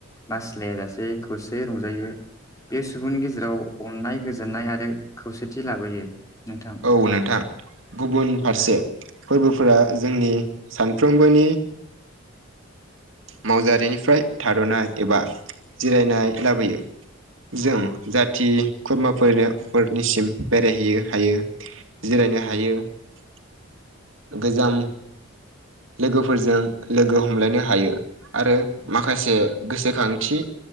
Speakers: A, on the left (about 15°); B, on the right (about 70°).
A: बासिलाया जासे खौसेयै रंजायो। बे सुबुंनि गेजेराव अननाय गोजोननाय आरो खौसेथि लाबोयो नोंथां।
B: औ नोंथां। गुबुन फारसे फोरबोफोरा जोंनि सानफ्रोमबोनि मावजारिनिफ्राय थाद'नाय एबा जिरायनाय लाबोयो। जों जाथि खुरमाफोरनो फोरनिसिम बेरायहैनो हायो। जिरायनो हायो। <inaudible> गोजाम लोगोफोरजों लोगो हमलायनो हायो। आरो माखासे गोसोखांथि